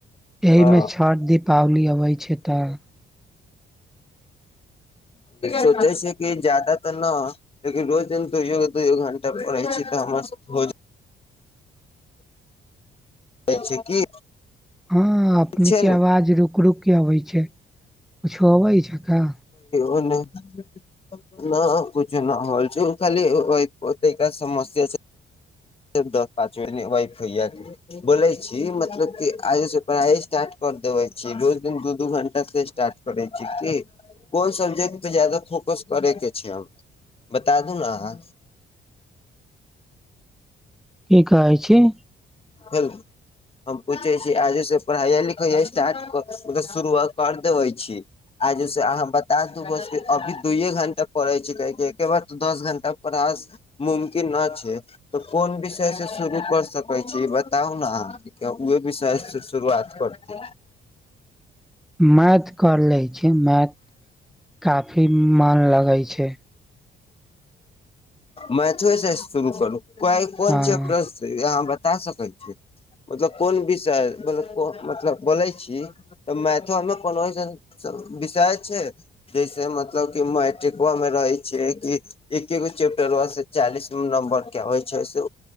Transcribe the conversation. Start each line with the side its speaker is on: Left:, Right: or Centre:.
Centre: एहि
Left: हँ
Centre: मे छठ दीपावली अबै छै। तऽ
Left: सोचै छै कि जादा तऽ न लेकिन रोज दोय दोय घंटा पढ़ै छी। स्त हो जा कहै छै की?
Centre: हँ अपने
Left: ठीक छै
Centre: के आवाज
Left: नु
Centre: रुक रुक के अबै छै। कुछो अबै छअ का?
Left: ओ नहि न कूछु न होल छै ओ खाली ओ तनिका समस्या छै। दस पाँच वाइफ होइय बोलै छी मतलब क आगे से पढ़ाइ स्टार्ट कर कर देबे छी रोज दिन दू दू घंटा से स्टार्ट करै छी की? कोन सब्जेक्ट पे जादा फोकस करे के छै हम? बता दू ने अहाँ?
Centre: की कहै छी?
Left: हेल हम पूछै छी आज से पढ़ाया लिखाय स्टार्ट मतलब शुरू कर देबे छी? आजे से अहाँ बता दू बस अभी दूयए घंटा पढ़े छी काहे की एके बार त दस घंटा पढ़ा मुमकिन न छै तऽ कोन विषय से शुरू कर सकै छी। बताउ ने अहाँ उहे विषय से शुरुआत करती।
Centre: मैथ कर लै छी मैथ। काफी मन लगै छै।
Left: मैथवे शुरू करू काहे कोन
Centre: हँ
Left: चैपटर से या हमरा बता सकैत छी? मतलब कोन विषय मतलब को मतलब बोलै छी। तऽ मैथवा मे कोनो ऐसन विषय छै? जैसे मतलब कि मैट्रिकवा मे रहै छै कि एकेगो चैप्टरवा से चालीस दू नम्बर के होइ छै। से